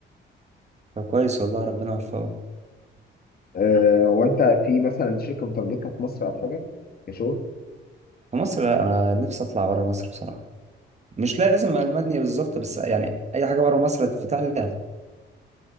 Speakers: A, on the right (about 35°); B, on the left (about 50°).
A: طب كويس والله ربنا يوفقه
B: آه، هو انت في مثلا شركه مترجتها في مصر او حاجه كشغل
A: في مصر لا، انا نفسي اطلع بره مصر بصراحه مش لازم المانيا بالظبط بس يعني اي حاجه بره مصر هتتفتح لي